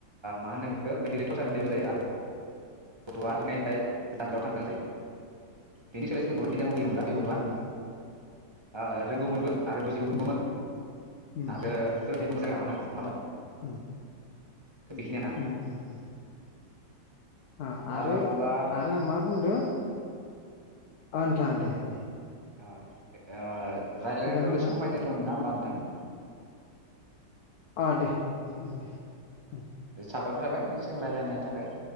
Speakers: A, on the right; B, on the left.
A: मा होनो बेखौ मेन्टेलि टरसार होनायबो जायो आरो गथ'आ लोंनायनिफ्राय दान्द्रायाव थांगोन आरो बेनि थाखाय जों बर' मिडियामाव होयोमोनब्ला बे
B: उम
A: गथ'आ
B: उम
A: ओ रोंगौमोनबो आरो बुजिबो मोनगौमोन।
B: उम उम
A: आरो मोजां जागौमोन आरो नङा होमबा?
B: उम
A: बेखिनियानो आरो
B: उम उम ओ आरो
A: ओ होमबा
B: आरो आं मा बुंदों ओ नोंथा दे दे
A: ओ ओ रायलायनायखौ
B: थिगानो होमबा
A: दसे हमाय दोनथ'नो ना होमबा नोंथां?
B: अ दे नोंथां दे दे
A: साबायखर थाबाय नोंसिम रायलायनि थाखाय।